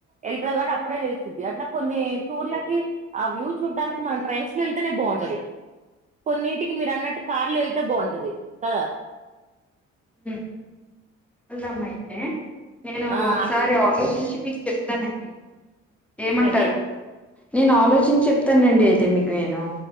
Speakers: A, on the right; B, in the centre.
A: వెళ్తుది కాబట్టి అప్పుడే తెలిసిద్ది అట్లా కొన్ని టూర్లకి ఆ వ్యూ చూడ్డానికి మనం ట్రైన్స్ వెళ్తేనే బాగుంటది కొన్నిటికి మీరు అన్నట్టు కార్లు అంటే బాగుంటది కదా
B: హ్మ వెళ్దామా అయితే నేను
A: ఆ
B: ఒకసారి
A: అట్ల
B: ఆగస్టు నుంచి మీకు చెప్తానండి ఏమంటారు
A: ఏంటండి
B: నేను ఆలోచించి చెప్ త్తనండి అయితే మీకు నేను